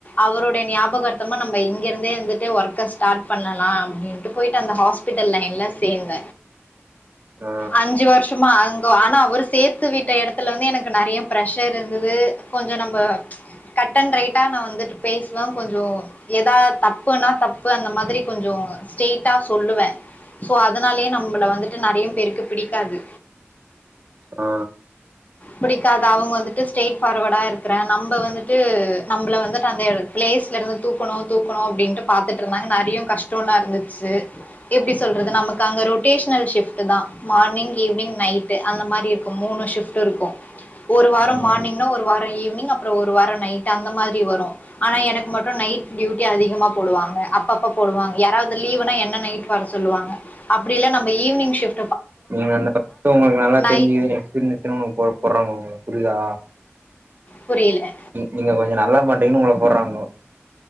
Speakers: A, on the left (about 35°); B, on the right (about 45°).
A: அவரோடைய ஞாபகார்த்தமா நம்ம இங்க இருந்தே வந்துட்டு ஒர்க்க ஸ்டாட் பண்ணலா அப்டின்ட்டு போய்ட்டு அந்த ஹாஸ் பிட்டல் லைன்ல சேந்த
B: ஆ
A: அஞ்சு வர்ஷ் சுமா அங்க ஆனா அவரு சேத்துவிட்ட எடத்துல வந்து எனக்கு நெறையி பிரஷர் இருந்தது கொஞ்சோ நம்ம கட்டண் ரைட்டா நான் வந்துட்டு பேசுவ கொஞ்சோ எதா தப்புனா தப்பு அந்த மாதிரி கொஞ்சோ ஸ்ட்ரெய்ட்டா சொல்லுவ சோ அதனாலயே நம்மள வந்துட்டு நெறைய பேருக்கு பிடிக்காது
B: ஆ
A: பிடிக்காது அவ்ங்க வந்துட்டு ஸ்ட்ரெய்ட் ஃபார்வடா இருக்குற நம்ம வந்துட்டு நம்ள வந்துட்டு அந்த எட பிளேஸ்ல இருந்து தூக்கணு தூக்கணு அப்டின்ட்டு பாத்துட்ருந்தாங்க நெறையு கஷ் டோலா இருந்துச்சு எப்டி சொல்றது நமக்கு அங்க ரொட்டேஷ்னல் ஷிப் ட்டுதா மார்னிங் ஈவினிங் நைட்டு அந்த மாரி இருக்கு மூணு ஷிப்ட்டு இருக்கூ ஒரு வாரோ
B: ம்
A: மார்னிங்னா ஒரு வாரோ ஈவினிங் அப்புறோ ஒரு வாரோ நைட்டு அந்த மாதிரி வரு ஆனா எனக்கு மட்டும் நைட் டியூட்டி அதிகமா போடுவாங்க அப்ப அப்ப போடுவாங்க யாராவ்து லீவுனா என்ன நைட்டு வர சொல்லுவாங்க அப்டி இல்ல நம்ம ஈவினிங் ஷிப்
B: நீங்க நல்லா இது உங்ளுக்கு
A: நை
B: தெரிஞ்சுகிதுன் எக்ஸ்பீரீனஸ்ஸு உங்கள கூப்புறாங்க உங்ளுக்கு புரிதா
A: புரில
B: நீங்க கொஞ்சோ நல்லா பண்றீங்கன் உங்குள போட்றாங்கோ